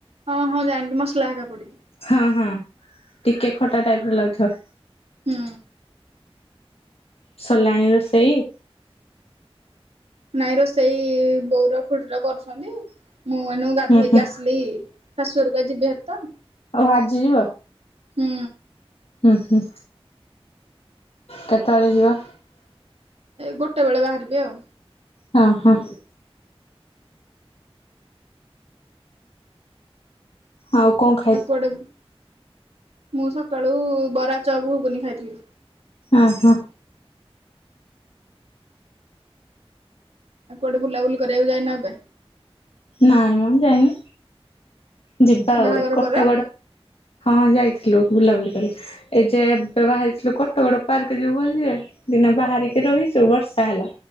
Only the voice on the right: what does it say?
ହଁ- ହଁ ଜାଣିଲି ମସଲା ହେକା ପଡିକି।
ହୁଁ।
ନାଇଁ ରୋଷେଇ ବୋଉର ଖୁଡିର କରୁଛନ୍ତି। ମୁଁ ଏଇନୁ ଗାଧେଇକି
ଆସିଲି ଶାଶୁ ଘରକୁ ଆଜି ଯିବି ବାହାରି ତ।
ହୁଁ।
ଏଇ ଗୋଟେ ବେଳେ ବାହାରିବି ଆଉ।
ଆଉ କୁଆଡେ, ମୁଁ ସକାଳୁ ବରା, ଚପ, ଘୁଗୁନି ଖାଇଥିଲି।
ଆଉ କୁଆଡେ ବୁଲାବୁଲି କରିବାକୁ ଯାଇନ ଏବେ?
ବାହାଘର
ପରେ